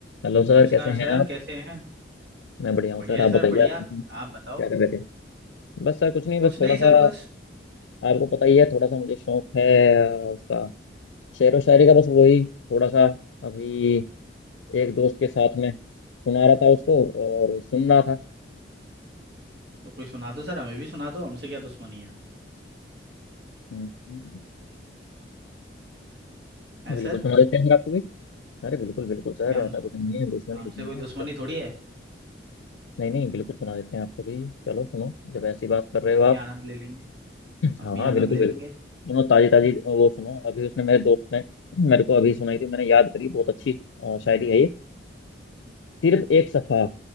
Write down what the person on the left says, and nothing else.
हेलो सर
कैसे हैं
आप
मैं बढ़िया हूँ
सर आप
बताइए
आप कैसे हैं?
क्या कर रहे थे बस सर कुछ नहीं
बस
थोड़ा सा
आपको पता ही है थोड़ा सा मुझे शौक है अ, उसका शेर व शायरी का बस वही थोड़ा सा अभी एक दोस्त के साथ में सुना रहा था उसको और सुन रहा था
हम्म,
बिल्कुल
सुना देते हैं सर आपको भी अरे बिल्कुल बिल्कुल सर
ऐसा कुछ नहीं है दुश्मनी
कुछ नहीं
है
आपसे
नहीं नहीं बिल्कुल सुना देते हैं आपको भी चलो सुनो जब ऐसी बात कर रहे
हो
आप
हाँ
हाँ बिल्कुल
बिल्कुल
सुनो ताजी ताजी वो सुनो अभी उसने मेरे दोस्त ने मेरे को अभी सुनाई थी मैंने याद करी बहुत अच्छी अ, शायरी है ये सिर्फ एक सफा